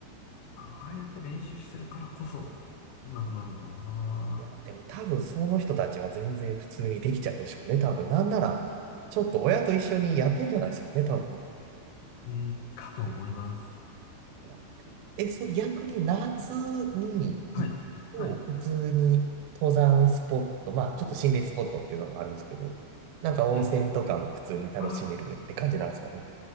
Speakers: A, on the left; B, on the right.
A: ああやって練習してるからこそ、うまくなるんだろうな。
B: いや、いやでも多分その人たちは全然普通にできちゃうんでしょうね、多分。なんなら、ちょっと親と一緒にやってんじゃないですかね、多分。
A: うん、かと思います。
B: があって。え、そう、逆に夏に行くと、
A: はい。はい。はい
B: 普通に登山スポット、まあ、ちょっと心霊スポットっていうのもあるんですけど、なんか温泉とかも普通に楽しめるって感じなんですかね。
A: ええ。ああ、